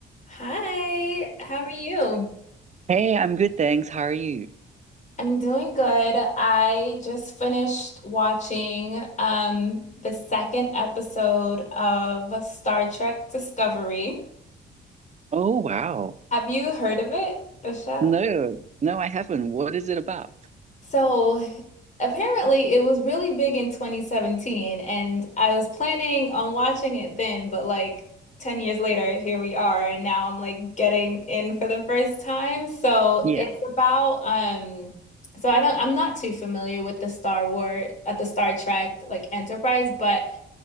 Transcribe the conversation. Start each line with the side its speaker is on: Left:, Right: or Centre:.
Left: Hi, how are you?
Right: Hey, I'm good, thanks. How are you?
Left: I'm doing good. I just finished watching um the second episode of Star Trek Discovery.
Right: Oh, wow.
Left: Have you heard of it, the show?
Right: No, no, I haven't. What is it about?
Left: So apparently it was really big in 2017 and I was planning on watching it then, but like 10 years later, here we are, and now I'm like getting in for the first time. So
Right: Yeah.
Left: it's about um so I don't I'm not too familiar with the Star Wars at the Star Trek like Enterprise, but